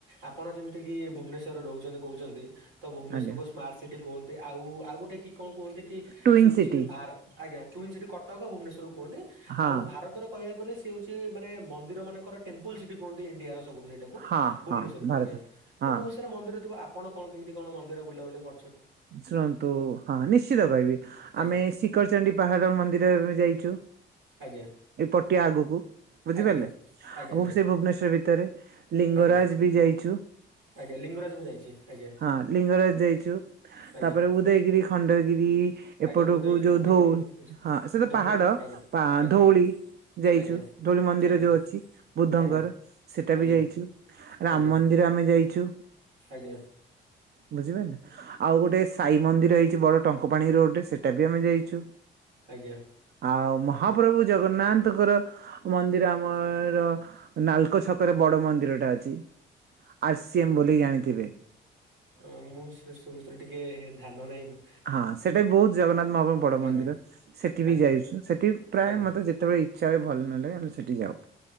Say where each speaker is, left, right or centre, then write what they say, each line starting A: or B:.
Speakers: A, on the right (about 75°); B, on the right (about 55°).
A: ଆପଣ ଯେମିତିକି ଭୁବନେଶ୍ୱରରେ ରହୁଛନ୍ତି କହୁଛନ୍ତି ତ ଭୁବନେଶ୍ଵରୁ
B: ଆଜ୍ଞା
A: ସ୍ମାର୍ଟ୍ ସିଟି କୁହନ୍ତି ଆଉ ଆଉ ଗୁଟେ କି କଣ କୁହନ୍ତି କି
B: ଟୁଇନ
A: ସେ ହଉଛି
B: ସିଟି
A: ଭାର୍ ଆଜ୍ଞା ଟୁଇନ୍ ସିଟି କଟକ ଭୁବନେଶ୍ୱରୁ କୁହନ୍ତି
B: ହଁ
A: ଆଉ ଭାରତର କହିବାକୁ ଗଲେ ସେ ହଉଛି ମାନେ ମନ୍ଦିର ମାନଙ୍କର ଟେମ୍ପୁଲ୍ ସିଟି କୁହନ୍ତି ଇଣ୍ଡିଆର ସବୁଠୁ ସେଇଟାକୁ
B: ହଁ
A: ଭୁବନେଶ୍ୱର
B: ହଁ
A: କୁ
B: ଭାରତ
A: ଆଜ୍ଞା
B: ହଁ
A: ତ ବହୁତ ସାରା ମନ୍ଦିର ଥିବ ଆପଣ କଣ କେମିତି କଣ ମନ୍ଦିର ବୁଲାବୁଲି କ
B: ଶୁଣନ୍ତୁ ହଁ ନିଶ୍ଚିତ କହିବି
A: ଆଜ୍ଞା
B: ଆମେ ଶି ଖର ଚଣ୍ଡୀ ପାହାଡ଼ ମନ୍ଦିର ଆମେ ଯାଇଚୁ।
A: ଆଜ୍ଞା
B: ଏଇ ପଟିଆ ଆଗକୁ ବୁଝିପାରିଲେ
A: ଆଜ୍ଞା
B: ଆଉ
A: ଆଜ୍ଞା
B: ସେଇ ଭୁବନେଶ୍ୱର ଭିତରେ। ଲିଙ୍ଗରାଜ
A: ଆଜ୍ଞା ଆଜ୍ଞା
B: ବି ଯାଇଛୁ।
A: ଆଜ୍ଞା ଲିଙ୍ଗରାଜ ମୁଁ ଯାଇଛି ଆଜ୍ଞା
B: ହଁ ଲିଙ୍ଗରାଜ ଯାଇଛୁ
A: ଆଜ୍ଞା
B: ତାପରେ ଉଦୟଗିରି ଖଣ୍ଡଗିରି।
A: ଆଜ୍ଞା
B: ଏପଟକୁ
A: ଉଦୟଗିରି
B: ଯୋଉ
A: ଖଣ୍ଡଗିରି
B: ଧଉ ହଁ ସେ ତ
A: ଧଉଳି
B: ପାହାଡ
A: ଆଜ୍ଞା
B: ପା
A: ଆଜ୍ଞା
B: ଧଉଳି ଯାଇଛୁ
A: ଆଜ୍ଞା
B: ଧଉଳି ମନ୍ଦିର
A: ଆଜ୍ଞା
B: ଯୋଉ ଅଛି ବୁଦ୍ଧଙ୍କର
A: ଆଜ୍ଞା
B: ସେଟା
A: ଆଜ୍ଞା
B: ବି ଯାଇଛୁ। ରାମ
A: ଆଜ୍ଞା
B: ମନ୍ଦିର ଆମେ ଯାଇଛୁ।
A: ଆଜ୍ଞା।
B: ବୁଝିପାରିଲେ ଆଉ ଗୋଟେ ସାଇ ମନ୍ଦିର ହେଇଛି ବଡ ଟଙ୍କ ପାାଣି ରୋଡରେ ସେଟା ବି ଆମେ ଯାଇଛୁ।
A: ଆଜ୍ଞା
B: ଆଉ ମହାପ୍ରଭୁ ଜଗନ୍ନାଥଙ୍କର ମନ୍ଦିର ଆମର ନାଲକୋ ଛକରେ ବଡ ମନ୍ଦିର ଟା ଅଛି। ଆର୍ ସି ଏମ ବୋଲି ଜଣିିଥିବେ।
A: ଅ ମୁଁ ସେ ସବୁ ବିଷୟରେ ଟିକେ ଧ୍ୟାନ ନାହିଁ ମା
B: ହଁ ସେଟା ବି ବହୁତ ଜଗନ୍ନାଥ ମହା ବଡ ମନ୍ଦିର
A: ଆଜ୍ଞା
B: ସେଠି ବି
A: ଆଜ୍ଞା
B: ଯାଇଛୁ ସେଠି ପ୍ରାୟ
A: ଆଜ୍ଞା
B: ମତେ ଯେତେବେଳେ ଇଚ୍ଛା ହୁଏ ଭଲ ନ ଲାଗେ ଆମେ ସେଠିକି ଯାଉ।